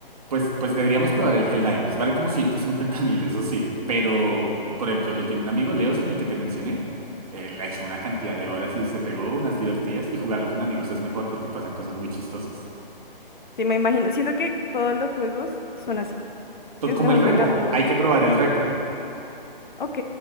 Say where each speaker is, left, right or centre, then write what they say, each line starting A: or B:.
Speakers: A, on the right (about 40°); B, on the left (about 55°).
A: Pues, pues deberíamos probar el Helldivers. Vale como ciento cincuenta mil, eso sí. Pero, por ejemplo, lo tiene un amigo, Leos, en el que te mencioné. Eh, le ha hecho una cantidad de horas y se pegó unas divertidas. Y jugarlo con amigos es mejor porque pasan cosas muy chistosas.
B: Sí, me imagino. Siento que todos los juegos son así.
A: Tot
B: Es mejor
A: como el repo.
B: jugarlos.
A: Hay que probar el repo.
B: Ok,